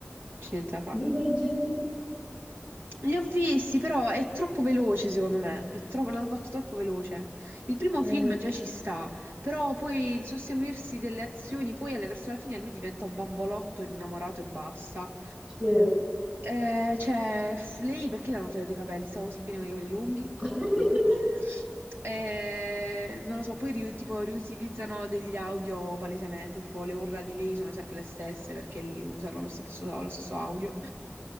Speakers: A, on the right; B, on the right.
A: C'è niente da fare.
B: Divergent?
A: Li ho visti, però è troppo veloce, secondo me. È troppo- l'hanno fatto troppo veloce. Il primo
B: Eh,
A: film già ci sta, però poi il susseguirsi delle azioni, poi alle- verso la fine lui diventa un bambolotto innamorato e basta.
B: sì.
A: Eh, cioè, f- lei perché le hanno tagliato i capelli? Stava così bene con i capelli lunghi?
B: <laughs>
A: Come vuoi. Eh, non lo so, poi ri- tipo riutilizzano degli audio palesemente, tipo le urla di lei sono sempre le stesse perché li usano lo stesso, lo stesso audio.